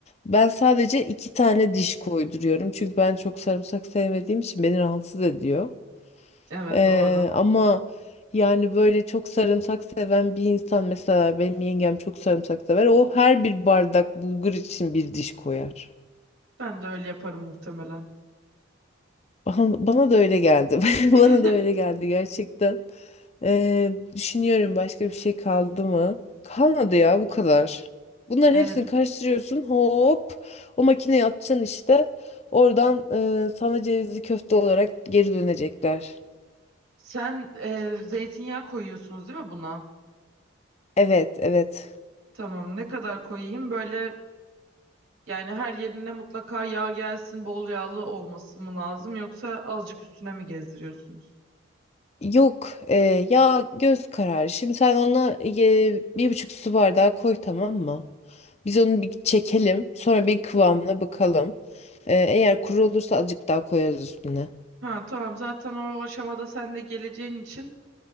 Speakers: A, on the left; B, on the right.
A: ben sadece iki tane diş koyduruyorum. Çünkü ben çok sarımsak sevmediğim için beni rahatsız ediyor.
B: Evet
A: E,
B: doğru.
A: ama yani böyle çok sarımsak seven bir insan mesela benim yengem çok sarımsak sever. O her bir bardak bulgur için bir diş koyar.
B: Ben de öyle yaparım muhtemelen.
A: Bana, bana da öyle geldi.
B: <laughs>
A: <laughs> Bana da öyle geldi gerçekten. Ee, düşünüyorum başka bir şey kaldı mı? Kalmadı ya bu kadar. Bunların
B: Ee,
A: hepsini karıştırıyorsun. Hop o makineye atacaksın işte. Oradan e, sana cevizli köfte olarak geri dönecekler.
B: sen e, zeytinyağı koyuyorsunuz değil mi buna?
A: Evet evet.
B: Tamam. Ne kadar koyayım? Böyle yani her yerine mutlaka yağ gelsin, bol yağlı olması mı lazım yoksa azıcık üstüne mi gezdiriyorsunuz?
A: Yok e, ya göz kararı. Şimdi sen ona e, bir buçuk su bardağı koy tamam mı? Biz onu bir çekelim. Sonra bir kıvamına bakalım. Ee, eğer kuru olursa azıcık daha koyarız üstüne.
B: Ha tamam. Zaten o aşamada sen de geleceğin için